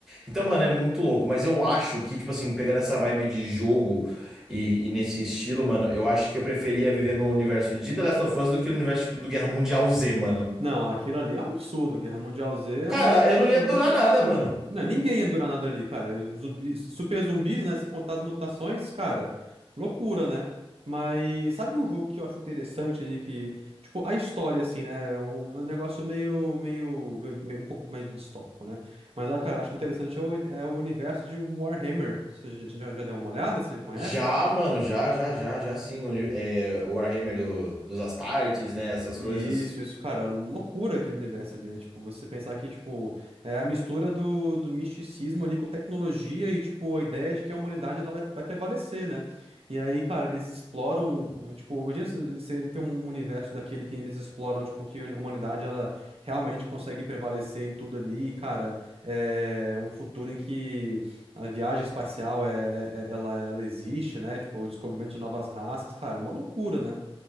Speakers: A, in the centre; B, on the right.
A: Então, mano, é muito louco. Mas eu acho que, tipo assim, pegando essa vibe de jogo e, e nesse estilo, mano, eu acho que eu preferia viver no universo de The Last of Us do que no universo, tipo, do Guerra Mundial Z, mano.
B: Não, aquilo ali é um absurdo. Guerra Mundial Z é
A: Cara,
B: um
A: eu não
B: contexto
A: ia durar
B: absurdo.
A: nada, mano.
B: Não, ninguém ia durar nada ali, cara. Zumbis, super zumbis, né? Se contar as mutações, cara, loucura, né? Mas sabe um jogo que eu acho interessante ali que, tipo, a história, assim, né? É um, é um negócio meio, meio, meio- meio- um pouco mais distópico, né? Mas, ah, cara, acho interessante é o, é o universo de Warhammer. Você já, já já deu uma olhada? Você conhece?
A: Já, mano, já, já, já, já sim. O, uni- é, o Warhammer do- dos Astartes, né? Essas
B: Isso,
A: coisas.
B: isso, cara, loucura aquele universo ali, né? Tipo, você pensar que, tipo, é a mistura do, do misticismo ali com tecnologia e, tipo, a ideia de que a humanidade ela vai, vai prevalecer, né? E aí, cara, eles exploram, eh, tipo, imagina se- você ter um universo daquele que eles exploram, tipo, que a humanidade, ela realmente consegue prevalecer em tudo ali, e, cara, é um futuro em que a viagem espacial, é, é- é- ela, ela existe, né? Tipo, o descobrimento de novas raças, cara, é uma loucura, né?